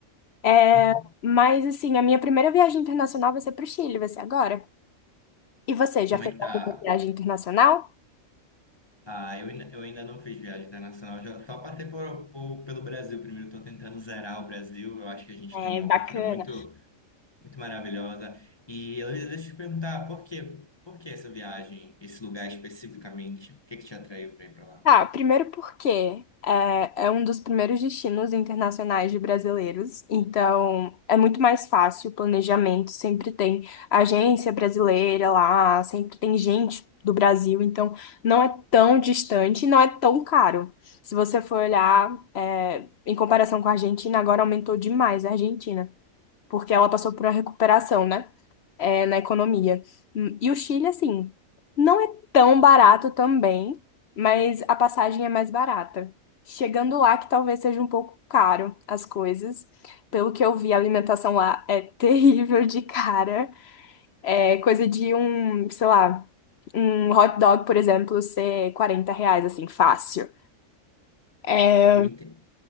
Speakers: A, on the left; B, on the left.
A: É,
B: <laughs>
A: mas, assim, a minha primeira viagem internacional vai ser pro Chile, vai ser agora. E você, já
B: Como
A: fez
B: é que tá?
A: alguma viagem internacional?
B: Ah, eu, ainda- eu ainda não fiz viagem internacional, já, só passei por, por- pelo Brasil primeiro. Estou tentando zerar o Brasil. Eu acho que a gente
A: É
B: tem uma
A: bacana.
B: cultura muito Muito maravilhosa. E Heloísa, deixa eu te perguntar, por quê? Por que essa viagem, esse lugar especificamente? O que que te atraiu para ir para lá?
A: Tá, primeiro porque é, é um dos primeiros destinos internacionais de brasileiros, então é muito mais fácil o planejamento, sempre tem agência brasileira lá, sempre tem gente do Brasil, então não é tão distante e não é tão caro. Se você for olhar, é, em comparação com a Argentina, agora aumentou demais a Argentina porque ela passou por uma recuperação, né? É, na economia. Hum, E o Chile, assim, não é tão barato também, mas a passagem é mais barata. Chegando lá, que talvez seja um pouco caro as coisas. Pelo que eu vi, a alimentação lá é <laughs> terrível de cara. É coisa de um, sei lá, um hot dog, por exemplo, ser 40 reais, assim, fácil. É,
B: Eu entendo.